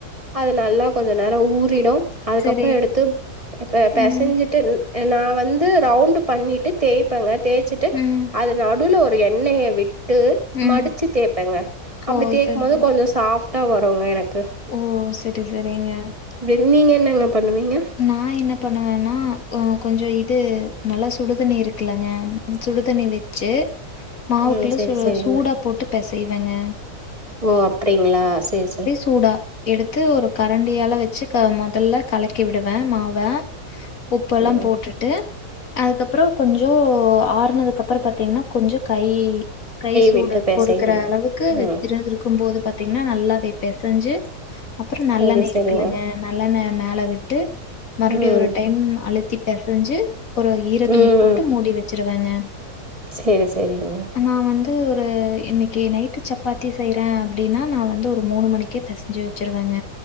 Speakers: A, on the right; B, on the left.
A: அது நல்லா கொஞ்சோ நேரோ ஊறிடும் அதுக்கப்றோ
B: சரி.
A: எடுத்து ப பெசஞ்சிட்டு
B: ம்.
A: இன் எ நா வந்து ரவுண்டு் பண்ணிட்டு தேய்ப்பங்க தேய்ச்சுட்டு
B: ம்.
A: அது நடுவுல ஒன் இப் எண்ணெய விட் டு
B: ம்.
A: மடிச்சு தேய்பங்க அப்டி
B: ஓ!
A: தேய்க்
B: சரி,
A: போது
B: சரி.
A: கொஞ்சோ சாஃப் ட்ட வருங்க எனக்
B: ஓ சரி சரிங்க
A: இப்படி நீங்கள் என்னங்க பண்ணுவீங்க
B: நா என்ன பண்ணுவேன்னா அ கொஞ்ச. இ இது நல்லா சுடு தண்ணி இருக்குலங்க சுடுதண்ணி வச்சு மாவுக்குள்ள
A: ம் சரி
B: சூ
A: சரிங்க
B: சூடா போட்டு பெசை வைப்பேங்க
A: ஓ அப்டிங்களா செரி செரி
B: சூடா எடுத்து ஒரு கரண்டியால வச்சு க மொதல்ல கலக்கி விடுவே மாவ உப்பெல்லா
A: ம்
B: போட்டுட்டு அதுக்கப்புற கொஞ்ச ஆறனதுக்கு அப்புற பாத்தீங்கன்னா கொஞ்ச கை கை. சூடு
A: விட்டு பெசைவீங்க
B: பொறுக்கற அளவுக்கு
A: ம்
B: இருந்துருக்கு போது பாத் பாத்தீங்கன்னா நல்லாவே பெஸ் பெசஞ்சி அப்புற நல்ல
A: செரி
B: நேரலா
A: செரிங்க
B: இருக்குலங்க நல்ல நே மேல விட்டு மறுபடியு
A: ம்
B: ஒரு டைம் அழ்த் திட்ட பெசைஞ்சு ஒரு ஈர
A: ம்
B: துணி போட்டு மூடி வச்சிருவாங்க
A: செரி செரிங்க
B: நா வந்து ஒரு இன்னிக்கு நைட்டு சப்பாத் தி செய்றே அப்டின்னா நா வந்து ஒரு மூணு மணிக் கே பெசைஞ்சி வச்சுருவங்க